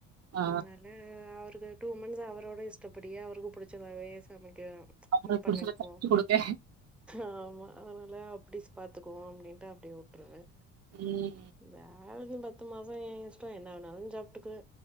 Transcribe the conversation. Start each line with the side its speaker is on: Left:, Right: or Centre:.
Right: ஆ
Centre: அதனால ஆ அவருக்கு டூ மன்த்ஸ் அவரோட இஷ்டப்படியே அவருக்கு புடிச்சதாவே சமைக்க
Right: அவங்களுக்கு
Centre: இது
Right: புடிச்சத
Centre: பண்ணிக்வோ
Right: சமச்சு குடுங்க
Centre: ஆமா அதனால அப்டி ஸ் பாத்துக்குவோ அப்டின்ட்டு அப்டே வுட்ருவே
Right: ம்
Centre: ஜாலிக்கி பத்து மாசோ எ இஷ்டோ என்ன வேணாலு சாப்ட்டுக்குவே